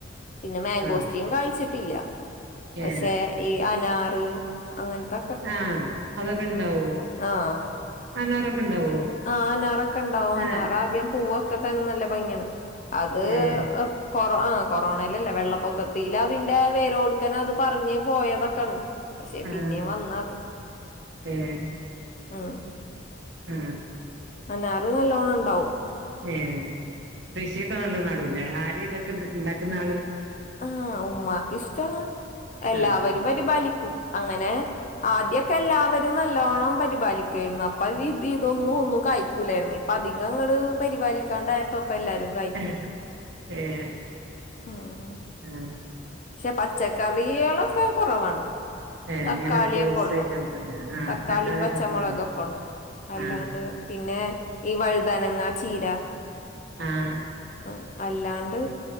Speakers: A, on the left; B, on the right.
A: പിന്നെ മാങ്കോസ്റ്റിൻ
B: ആഹ്
A: കാഴിച്ചിട്ടില്ല പക്ഷെ
B: ഏഹ്
A: ഈ അനാറ് അങ്ങൻത്ത
B: ആഹ് അതൊക്കെ ഇണ്ടാവോ?
A: ആഹ്
B: അനാറൊക്കെ ഇണ്ടാവോ
A: ആഹ് അനാറൊക്കെ ഇണ്ടാവും അനാറ
B: ആഹ്
A: ആദ്യം പൂവ് ക്കത്താനും നല്ല ഭംഗിയാണ് അത്
B: ഏഹ്
A: കൊറോ ആ കൊറോണെലല്ല വെള്ളപ്പൊക്കത്തില് അതിന്റെ വേരോട്ക്കന്നെ അത് പറിഞ്ഞ് പോയതൊക്കാണ് പക്ഷെ പിന്നേം
B: ആഹ്
A: വന്നത്
B: ഏഹ്
A: ഉം ഉം
B: ഉം
A: അനാറ് നല്ലോണം ഇണ്ടാവും
B: ഏഹ് കൃഷിക്കെ നല്ലോം ന്നടുല്ലേ ആര് ഇതൊക്കെ ഇണ്ടാക്ക്ന്ന ആള്
A: ആഹ് ഉമ്മാക്ക് ഇഷ്ടാണ് എല്ലാവരും
B: ആഹ്
A: വെരുമ്പം അലിക്കും അങ്ങനെ ആദ്യൊക്കെ എല്ലാവരും നല്ലോണ്ണം പരിപാലിക്കുയായിരുന്നു അ <unintelligible> ഇത് ഇതൊന്നും ഒന്നും കയ്ക്കൂലായിരുന്നു ഇപ്പ അധികം അങ്ങട് പരിപാലിക്കാണ്ടായപ്പം പ്പ എല്ലാരും കഴിക്ക്ണ്ട്
B: ആഹ് ഏഹ്
A: ഉം ഉം
B: <unintelligible>
A: പക്ഷെ പച്ചക്കറി കളൊക്കെ കോറവാണ്
B: ഏ
A: തക്കാളി
B: അങ്ങനെ ഫ്രൂട്ട്സ്
A: ഒക്കെ ഒള്ളു
B: ഐറ്റംസ് ഒക്കെ ആ
A: തക്കാളി, പച്ചമുളക്
B: ആ
A: ഒക്കെ ഒള്ളു അല്ലാണ്ട്
B: ആ
A: പിന്നെ ഈ വഴുതനങ്ങ, ചീര
B: ആഹ്
A: അഹ് അല്ലാണ്ട്